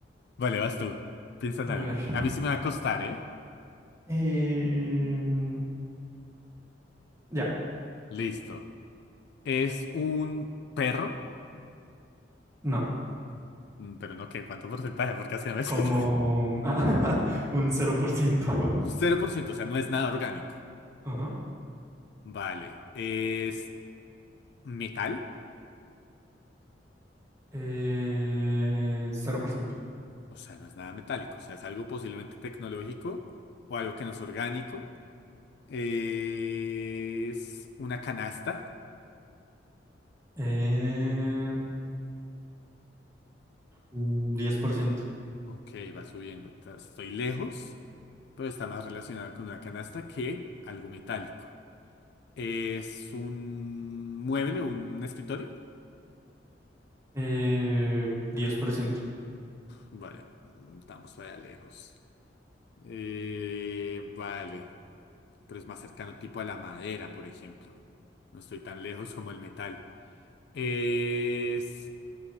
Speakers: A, on the left (about 65°); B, on the right (about 15°).
A: Vale, vas tú. Piensa
B: A
A: en algo.
B: ver.
A: A mí sí me va a costar, ¿eh?
B: Em, ya,
A: Listo. Es un perro,
B: no.
A: Mm, pero no, ¿qué? ¿Cuánto porcentaje? Porque así <laughs> no me
B: Como
A: sirve.
B: ah, <laughs> un cero por ciento
A: <laughs> cero por ciento, o sea, no es nada orgánico.
B: Ajá.
A: Vale. ¿Es metal?
B: Eh, cero por ciento
A: O sea, no es nada metálico. O sea, es algo posiblemente tecnológico o algo que no es orgánico. Es una canasta.
B: Eh, mm, diez por ciento
A: Ok, va subiendo. Ta- Estoy lejos, pero está más relacionado con una canasta que algo metálico. Es un mueble, un escritorio.
B: Eh, 10%.
A: Vale, mm, estamos todavía lejos. Eh, vale, pero es más cercano tipo a la madera, por ejemplo. No estoy tan lejos como el metal. Es